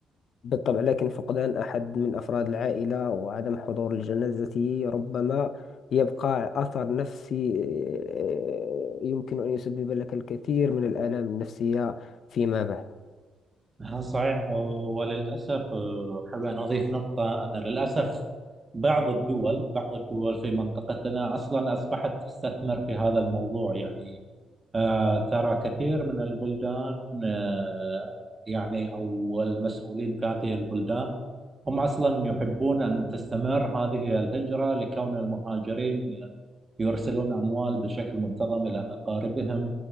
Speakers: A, on the left; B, on the right.
A: بالطبع لكن فقدان أحد من أفراد العائلة وعدم حضور لجنازته ربما يبقى أثر نفسي آه، يمكن أن يسبب لك الكثير من الآلام النفسية فيما بعد
B: ها صحيح و- وللأسف آه، أحب أن أضيف نقطة أن للأسف بعض الدول بعض الدول في منطقتنا أصلا أصبحت تستثمر في هذا الموضوع يعني آه، ترى كثير من البلدان آه، يعني أو المسؤولين في هذه البلدان هم أصلا يحبون أن تستمر هذه الهجرة لكون المهاجرين يرسلون أموال بشكل منتظم إلى أقاربهم